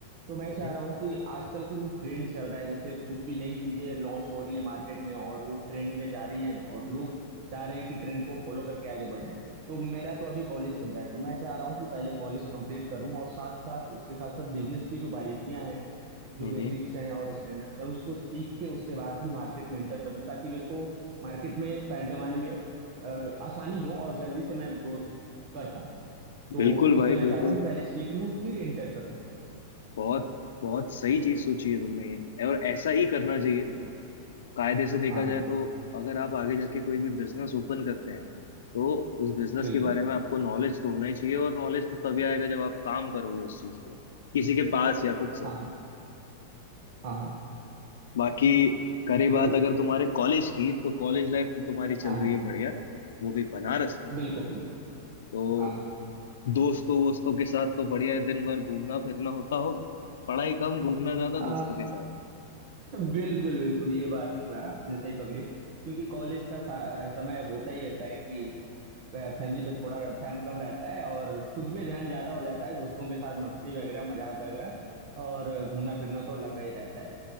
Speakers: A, on the right (about 50°); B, on the left (about 90°).
A: तो मैं
B: हम्म
A: चाह रहा हूँ कि आजकल का जो ट्रेंड चल रहा है जैसे कुछ भी नई चीजें लॉन्च हो रही है मार्केट में और वो ट्रेंड में जा रही हैं और लोग चाह रहे हैं कि ट्रेंड को फॉलो करके आगे बढ़ जाएं तो मेरा तो अभी कॉलेज चल रहा है तो मैं चाह रहा हूँ कि पहले कॉलेज कंप्लीट करूँ और साथ साथ उसके साथ साथ बिजनेस की जो बारीकियां हैं जो
B: हम्म
A: बेसिक्स हैं और स्टैंडर्ड्स हैं उसको सीख के उसके बाद ही मार्केट में एंटर करूँ ताकि मेरे को मार्केट में पैर जमाने में अ, आसानी हो और जल्दी से मैं ग्रोथ कर पाऊँ तो
B: बिल्कुल
A: इसलिए
B: भाई
A: मैं
B: बिल्कुल
A: चाहता हूँ कि पहले सीख लूँ फिर इंटर करूँ
B: बहुत बहुत सही चीज सोची है तुमने ये और ऐसा ही करना चाहिए
A: बिल्कुल
B: कायदे से देखा
A: हाँ
B: जाए
A: हाँ
B: तो अगर आप आगे जाके कोई भी बिजनेस ओपन करते हैं तो उस बिजनेस
A: बिल्कुल
B: के बारे में आपको नॉलेज तो होना ही चाहिए और नॉलेज तो तभी आएगा जब आप काम करोगे उस चीज पे किसी के पास या खुद से
A: हाँ हाँ हाँ हाँ
B: बाकी करे बात
A: तो
B: अगर तुम्हारे कॉलेज की तो कॉलेज लाइफ तो तुम्हारी
A: हाँ
B: चल रही
A: हाँ
B: है बढ़िया वो भी बनारस में
A: बिल्कुल बिल्कुल
B: तो
A: हाँ हाँ
B: दोस्तों वोस्तों के साथ तो बढ़िया है दिन भर घूमना फिरना होता होगा पढ़ाई कम घूमना ज्यादा दोस्तों
A: आ,
B: के साथ
A: <laughs> बिल्कुल बिल्कुल ये बात मैं- आपने सही पकड़ी क्योंकि कॉलेज का सा- आ, समय होता ही ऐसा है कि फैमिली पे थोड़ा ध्यान कम रहता है और खुद पे ध्यान ज्यादा हो जाता है दोस्तों के साथ मस्ती वगैरह मजाक वगैरह और घूमना फिरना तो लगा ही रहता है